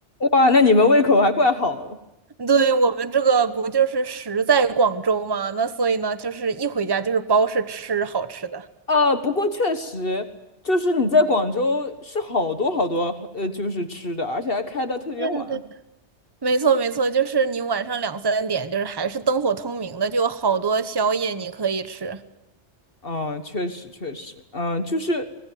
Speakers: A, on the left; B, on the right.
A: 哇，那你们胃口还怪好了。
B: 对，我们这个不就是食在广州嘛，那所以呢，就是一回家就是包是吃好吃的。
A: 呃，不过确实，就是你在广州是好多好多呃，就是吃的，而且还开到特别晚。
B: 对啊，对啊没错，没错，就是你晚上两三点，就是还是灯火通明的，就有好多宵夜你可以吃。
A: 嗯，确实确实，嗯，就是